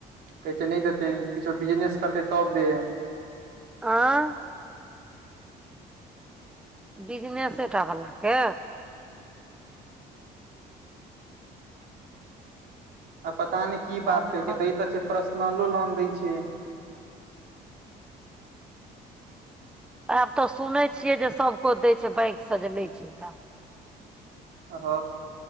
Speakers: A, on the right (about 75°); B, in the centre.
A: कहै छै नई देते किछो बिजनेस करतै तब देै।
B: आँ बिजनेसेटा बलाके
A: आ पता नहि की
B: सएह
A: बात
B: देखब
A: केरकै दैत अछि, पर्सनलो लोन दय छै।
B: आब तऽ सुनै छियै जे सभकछ दै छै, बैंक से जे लै काम।
A: हाँ